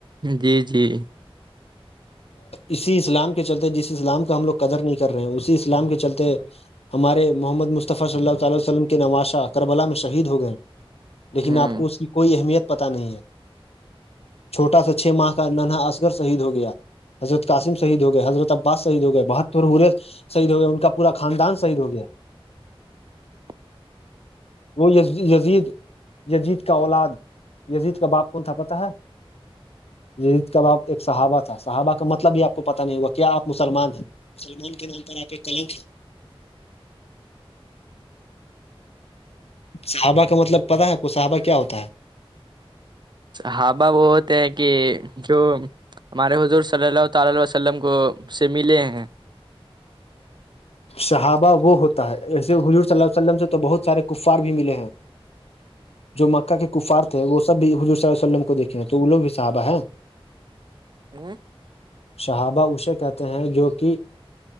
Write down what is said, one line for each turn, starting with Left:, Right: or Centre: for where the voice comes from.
Right: جی جی
Left: اسی اسلام کے چلتے جس اسلام کا ہم لوگ قدر نہیں کر رہے ہیں اسی اسلام کے چلتے محمد مصطفی صلی اللہ تعالی علیہ وسلم کی نماشا کربلا میں شہید ہو گئے لیکن
Right: ہوں
Left: آپ کو اس کی کوئی اہمیت پتہ نہیں ہے چھوٹا سا چھ ماہ کا ننا اصغر شہید ہو گیا حضرت قسمحہید ہو گئے حضرت عباس شہید ہو گئے بہت پ ہ رہے شہید ہو گیا ان کا پورا خاندان شہید ہو گیا
Right: <inaudible>
Left: وہ یزید یزید کا اولاد یزید کا باپ کون تھا پت ہے جید کباب ایک صحابہ تھا صحابہ کا مطلب بھی آپ کو پتا نہیں ہوگا کیا آپ مسلمان ہیں سلمان کے نام پر آپ ایک کلم تھا صحابہ کا مطلب پتاہ ہےپ کو صحابہ کیا ہوتا ہے
Right: ہاں با وہ ہوتے ہیں کہ جو ہمارے حضور صلی اللہ تع وسلم کو سے ملے ہیں
Left: شحابہ وہ ہوتا ہے ایسے حضور صلی اللہ عیہ وسلمم سے تو بہت سارے کفار بھی ملے ہیں جو مکہ کے کفارات ہے وہ سب بھی حضور صلی ال عیہ وسلم کو دیکھے ہیں تو وہ لگ بھی صحابہ ہے
Right: ہ
Left: شہابہ اے کہتے ہیں جو کہ